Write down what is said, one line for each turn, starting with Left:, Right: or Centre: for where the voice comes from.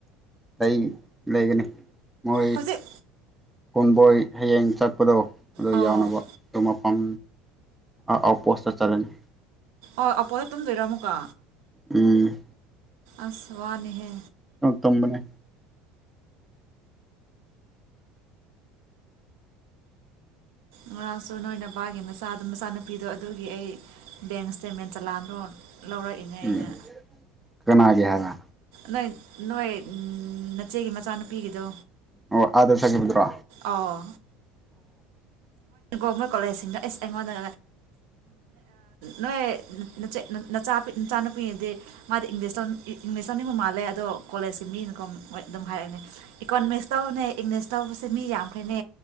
Centre: ꯑꯩꯏ ꯂꯩꯒꯅꯤ ꯃꯣꯏ
Right: ꯍꯧꯖꯤꯛ
Centre: ꯀꯨꯟꯕꯣꯏ ꯍꯌꯦꯡ ꯆꯠꯄꯗꯣ ꯑ
Right: ꯑꯣ
Centre: ꯌꯥꯎꯅꯕ ꯑꯗꯨ ꯃꯐꯝ ꯑꯥꯎꯠꯄꯣꯁꯇ ꯆꯠꯂꯅꯤ
Right: ꯑꯣ ꯑꯄꯣꯗ ꯇꯨꯝꯕꯤꯣꯏꯔꯝꯃꯨꯀ
Centre: ꯎꯝ
Right: ꯑꯁ ꯋꯥꯅꯤꯍꯦ
Centre: ꯇꯝꯕꯅꯦ
Right: ꯉꯔꯥꯡꯁꯨ ꯅꯣꯏꯅꯕꯥꯒꯤ ꯃꯆꯥ ꯃꯆꯥꯅꯨꯄꯤꯗꯣ ꯑꯗꯨꯒꯤ ꯑꯩ ꯕꯦꯡ ꯏꯁꯇꯦꯃꯦꯟ ꯆꯂꯥꯟꯥꯟꯗꯣ ꯂꯧꯔꯛꯏꯅꯦ ꯑꯩꯅ
Centre: ꯎꯝ ꯀꯅꯥꯒꯤ ꯍꯥꯏꯕ
Right: ꯅꯣꯏ ꯅꯣꯏ ꯅꯆꯦꯒꯤ ꯃꯆꯥꯅꯨꯄꯤꯒꯤꯗꯣ
Centre: ꯑꯣ ꯑꯥꯗ ꯆꯈꯤꯕꯗ꯭ꯔꯣ
Right: ꯑꯣ ꯒꯣꯔꯃꯣꯏ ꯀꯣꯂꯦꯖꯁꯤꯡꯗ ꯑꯦꯁ ꯑꯩꯉꯣꯟꯗ ꯅꯣꯏꯆꯦꯠ ꯆꯥ ꯅꯆꯥꯅꯨꯄꯤꯗꯤ ꯃꯥꯗꯤ ꯏꯪꯂꯤꯁ ꯏꯪꯂꯤꯁ ꯂꯧꯅꯤꯡꯕ ꯃꯥꯜꯂꯦ ꯑꯗꯣ ꯀꯣꯂꯦꯖꯀꯤ ꯃꯤꯅꯀꯣ ꯑꯗꯨꯝ ꯍꯥꯏꯔꯛꯅꯦ ꯏꯀꯣꯅꯣꯃꯤꯛꯁ ꯇꯧꯕꯅꯦ ꯏꯪꯂꯤꯁ ꯇꯧꯕꯁꯦ ꯃꯤ ꯌꯥꯝꯈꯩꯅꯦ